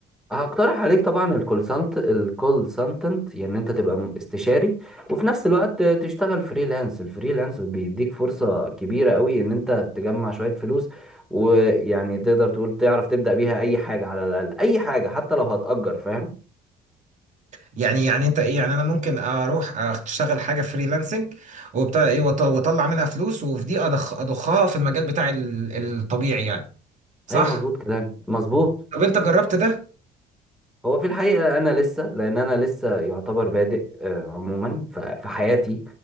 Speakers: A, in the centre; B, on the right.
A: هقترح عليك طبعا الكول سنت الكول سنتنت يعني انت تبقى م- استشاري وفي نفس الوقت تشتغل فريلانس الفريلانس بيديك فرصة كبيرة قوي ان انت تجمع شوية فلوس ويعني تقدر تقول تعرف تبدأ بيها اي حاجة على الاقل اي حاجة حتى لو هتأجر فاهم
B: يعني يعني انت ايه يعني انا ممكن اروح اشتغل حاجه فريلانسنج وبتاع ايه وط- واطلع منها فلوس وفي دي أضخ اضخها في المجال بتاعي ال- الطبيعي يعني صح
A: ايوه مظبوط كلام مظبوط
B: طب انت جربت ده
A: هو في الحقيقة انا لسه لان انا لسه يعتبر بادئ آه، عموما ف- في حياتي